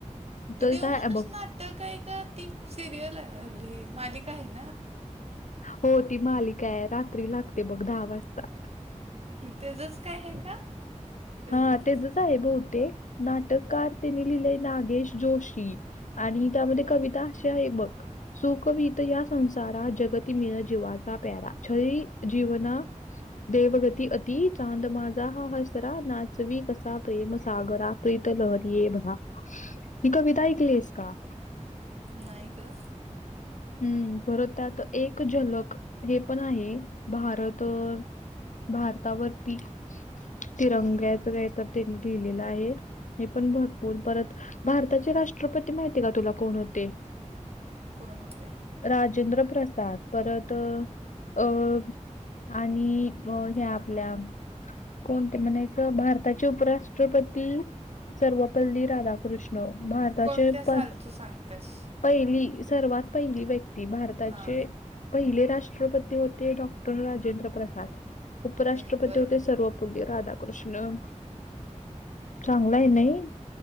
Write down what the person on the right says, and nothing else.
ते
देवमाणूस
नाटकय का? ती सिरियल आहे आपलं मालिका हाय ना.
मग, तेजच काय हाय का? वेगळं
नाही गं.
कोण, होते?
कोणत्या सालचं
सांगत्यास
हां
हं, बरोबर